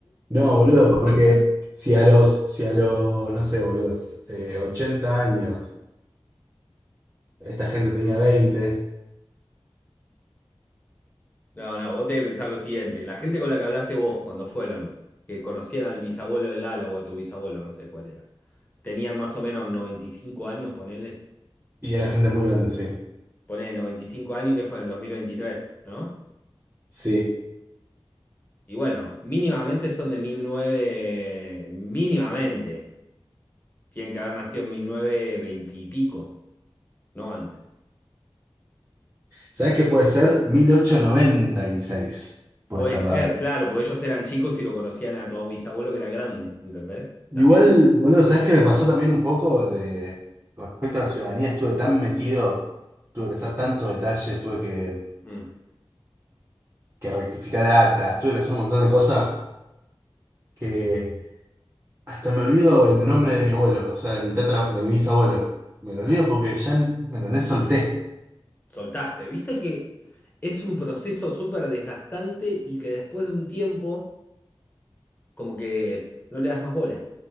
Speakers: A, on the right; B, on the left.
A: no, boludo, porque si a los, si a los, no sé, boludos, eh, 80 años, esta gente tenía 20
B: No, no, vos tenés que pensar lo siguiente. La gente con la que hablaste vos cuando fueron, que conocían al bisabuelo del ala o a tu bisabuelo, no sé cuál era, tenían más o menos 95 años, ponele.
A: y era gente muy grande, sí.
B: Ponele 95 años que fue en el 2023, ¿no?
A: Sí.
B: Y bueno, mínimamente son de 1900, mínimamente. Tienen que haber nacido en 1920 y pico, no antes.
A: sabes qué puede ser? mil ochocientos noventa y seis Puede
B: Puede
A: ser,
B: ser.
A: la verdad.
B: ser, claro, porque ellos eran chicos y lo conocían a tu bisabuelo que era grande, ¿entendés?
A: Igual,
B: También.
A: boludo, sabes qué me pasó también un poco de, con respecto a la ciudadanía? Estuve tan metido, tuve que hacer tanto detalle, tuve que,
B: Mm.
A: que rectificar actas, tuve que hacer un montón de cosas que hasta me olvido el nombre de mi abuelo, o sea, de mi tatra, de mi bisabuelo. Me lo olvido porque ya, ¿me entendés? Solté.
B: soltaste. Viste que es un proceso súper desgastante y que después de un tiempo, como que no le das más bola.